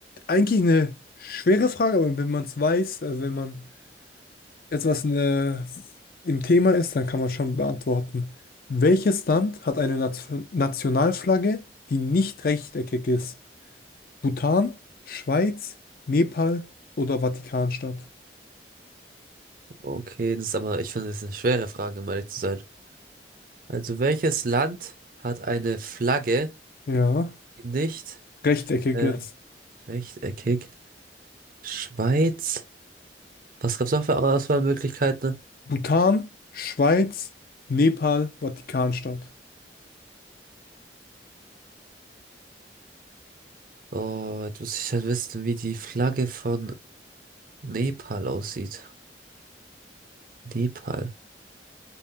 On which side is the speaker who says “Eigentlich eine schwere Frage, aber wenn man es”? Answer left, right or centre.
Left